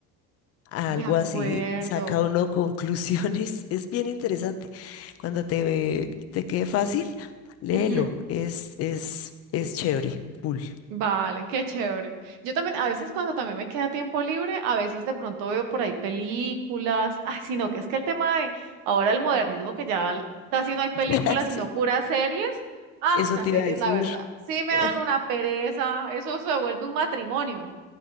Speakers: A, on the left; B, on the right.
A: Algo
B: De acuerdo.
A: así, saca uno conclusiones. <laughs> Es bien interesante. Cuando te ve- te quede fácil, léelo.
B: Ujú,
A: Es, es, es chévere, full.
B: Vale, qué chévere. Yo también, a veces cuando también me queda tiempo libre, a veces de pronto veo por ahí películas. Ay, sino que es que el tema de ahora el modernismo, que ya l- casi no hay películas,
A: <laughs> Sí,
B: sino puras series. Ah,
A: eso
B: esas
A: te
B: series,
A: iba a decir.
B: la verdad, sí me
A: Ah,
B: dan una pereza. Eso se vuelve un matrimonio.